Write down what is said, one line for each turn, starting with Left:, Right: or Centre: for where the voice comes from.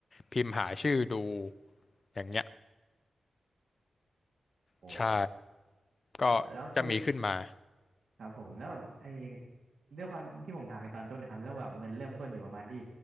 Left: พิมพ์หาชื่อดูอย่างเงี้ย
Right: โอ้
Left: ใช่ก็จะมีขึ้นมา
Right: แล้วคือครับผมแล้วแบบไอ้ด้วยความที่ผมถามไปตอนต้นนะครับเรื่องแบบเงินเริ่มต้นอยู่ประมาณที่